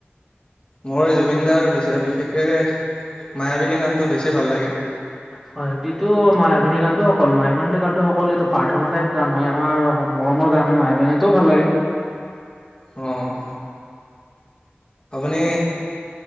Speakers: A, on the left; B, in the centre.
A: মই জুবিন দাৰ বিশেষকে মায়াবিনী গানতটো বেছি ভাল লাগে
B: হয় ো মায় অভিনী গান টো অকল মায় গানতটো সকল এইটো প্ৰাৰ্থনা টাইপ গান হয় আমাৰ মৰমৰ গান হয় মটোও ভাল লাগে
A: উম আপুনি